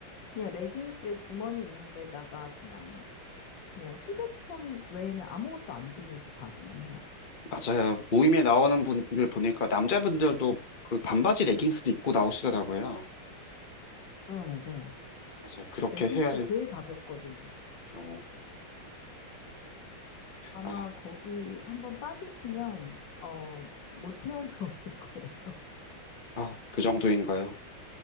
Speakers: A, on the left; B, on the left.
A: 그냥 레깅스에 주머니 있는 데다가 그냥 그냥 휴대폰 외에는 아무것도 안 지니고 가기는 해요.
B: 맞아요. 모임에 나오는 분들 보니까 남자분들도 그 반바지 레깅스도 입고 나오시더라고요.
A: 네, 네.
B: 맞아요. 그렇게
A: 레깅스가
B: 해야지.
A: 제일 가볍거든요.
B: 어,
A: 아마
B: 아,
A: 거기 한번 빠지시면 어, 못 헤어나오실 거예요. <laughs>
B: 아, 그 정도인가요?